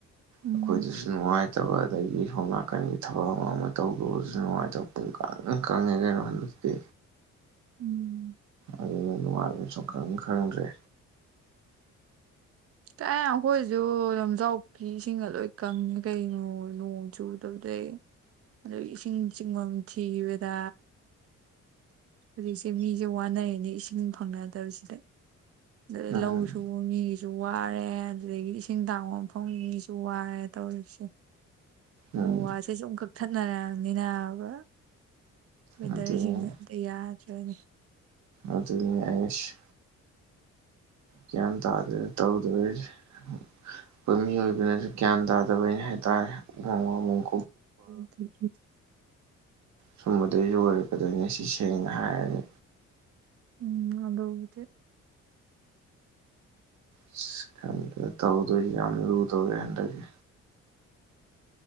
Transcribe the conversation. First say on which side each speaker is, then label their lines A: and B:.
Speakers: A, on the right; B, on the right.
A: ꯎꯝ
B: ꯑꯩꯈꯣꯏꯗꯁꯨ ꯅꯨꯡꯉꯥꯏꯇꯕ ꯑꯗꯒꯤ ꯁꯣꯝ ꯅꯥꯀꯟꯒꯤ ꯊꯕꯛ ꯑꯃ ꯑꯃ ꯇꯧꯔꯨꯔꯥꯁꯨ ꯅꯨꯡꯉꯥꯏꯇꯕ ꯄꯨꯡ ꯀꯥꯡ ꯍꯦꯛ ꯀꯪꯉꯦ ꯀꯩꯅꯣ ꯍꯟꯗꯛꯇꯤ
A: ꯎꯝ
B: ꯑꯗꯨꯅ ꯅꯨꯡꯉꯥꯏꯕ ꯁꯨꯈꯪ ꯈꯪꯗ꯭ꯔꯦ
A: ꯀꯥꯏ ꯑꯩꯈꯣꯏꯖꯨ ꯂꯝꯖꯥꯎ ꯄꯨꯈꯤ ꯏꯁꯤꯡꯒ ꯂꯣꯏ ꯀꯪꯉꯦ ꯀꯩꯅꯣ ꯅꯣꯡ ꯆꯨꯗꯕꯗꯩ ꯑꯗꯨ ꯏꯁꯤꯡ ꯆꯤꯡꯕꯝ ꯊꯤꯕꯗꯥ ꯍꯧꯖꯤꯛꯁꯦ ꯃꯤꯖꯦ ꯋꯥꯅꯩꯅꯦ ꯏꯁꯤꯡ ꯐꯪꯅꯗꯕꯁꯤꯗ ꯑꯗ
B: ꯎꯝ
A: ꯂꯧꯁꯨꯕ ꯃꯤꯁꯨ ꯋꯥꯔꯦ ꯑꯗꯨꯗꯒꯤ ꯏꯁꯤꯡ ꯇꯥꯡꯕ ꯃꯐꯝꯒꯤꯁꯨ ꯋꯥꯔꯦ ꯇꯧꯔꯤꯁꯤ
B: ꯎꯝ
A: ꯎ ꯋꯥꯁꯦ ꯁꯨꯝ ꯀꯛꯊꯠꯅꯔꯃꯅꯤꯅ ꯕ ꯋꯦꯗꯔꯁꯤꯡꯖꯦ
B: ꯑꯗꯨꯅꯦ
A: ꯑꯃꯇ ꯌꯥꯗꯕꯅꯦ
B: ꯑꯗꯨꯅꯦ ꯑꯩꯁ ꯒ꯭ꯌꯥꯟ ꯇꯥꯗꯦꯗ ꯇꯧꯗꯣꯏꯖꯦ ꯑꯩꯈꯣꯏ ꯃꯤꯑꯣꯏꯕꯅꯁꯨ ꯒ꯭ꯌꯥꯟ ꯇꯥꯗꯕꯅꯩ ꯍꯥꯏꯇꯥꯔꯦ <unintelligible>
A: <unintelligible>
B: ꯁꯨꯝꯕꯗꯩꯖꯨ ꯑꯣꯏꯔꯛꯀꯗꯣꯏꯅꯦ ꯁꯤ ꯁꯦꯡꯅ ꯍꯥꯏꯔꯗꯤ
A: ꯎꯝ ꯑꯗꯨꯕꯨꯗꯤ
B: ꯑꯁ ꯈꯪꯗꯦꯗ ꯇꯧꯗꯣꯏꯖꯦ ꯌꯥꯝ ꯂꯨꯗꯧꯔꯦ ꯍꯟꯗꯛꯦ